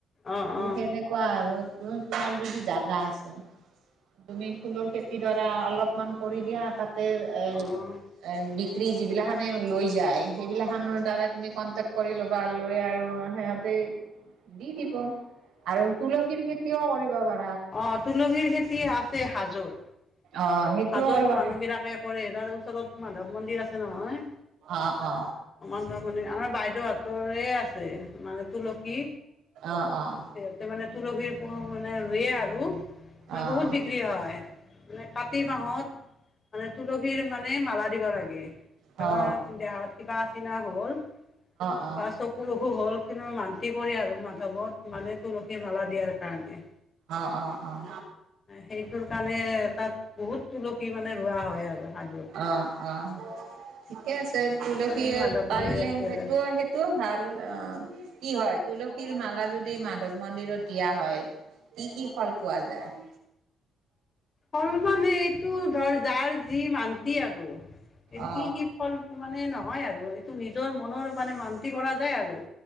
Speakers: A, on the left; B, on the right.
A: অ', অ',
B: সনেকুৱা আৰু তাৰ যদি জাগা আছে তুমি ফুলৰ খেতিডৰা অলপমান কৰি দিয়া তাতে এ
A: অ',
B: এ বি যিবিলাখানে লৈ যায় সেইবিলাখনৰ দ্বাৰাই তুমি কণ্টেক্ট কৰি ল'বা লৈ আৰু সিহঁতে দি দিব আৰু তুলসীৰ খেতিও কৰিব পাৰ
A: অঁ তুলসীৰ খেতি আছে হাজোত
B: অঁ সেইটোও
A: হাজোত
B: কৰিবা
A: মানুহ
B: চোন
A: বিলাকে কৰে তাৰ ওচৰত মাধৱ মন্দিৰ আছে নহয়
B: অ অ
A: মান আমাৰ বাইদেউ হতৰে আছে মানে তুলসী
B: অঁ অঁ অঁ।
A: সিহঁতে মানে তুলসীৰ মানে ৰুয়ে আৰু মানে
B: অ অ
A: বহুত বিক্ৰী হয় মানে ক কাতি মাহত মানে তুলসীৰ মানে মালা দিব লাগে ধৰা
B: অ অ অ অ
A: দেহত কিবা আচিনা হ'ল
B: অ
A: ত চকুৰ অসুখ হ'ল মান্তি কৰে আৰু মাধৱত মানে তুলসী মালা দিয়াৰ কাৰণে
B: অঁ অঁ
A: সেইটোৰ কাৰণে তাত বহুত তুলসী মানে ৰোৱা হয় আৰু সাধুত
B: অহ অহ ঠিকে আছে তুলসী
A: এই মাধৱ
B: পাৰিলে
A: মন্দিৰত দিয়া
B: সেইটোও
A: যায়
B: সেইটোও ভাল অ কি হয় তুলসীৰ মালা যদি মাধৱ মন্দিৰত দিয়া হয় কি কি ফল পোৱা যায় উম
A: অলমান এইটো ধৰ যাৰ যি মান্তি আৰু এইটো
B: অ
A: কি কি ফল মানে নহয় আৰু এইটো নিজৰ মনৰ মানে মান্তি কৰা যায় আৰু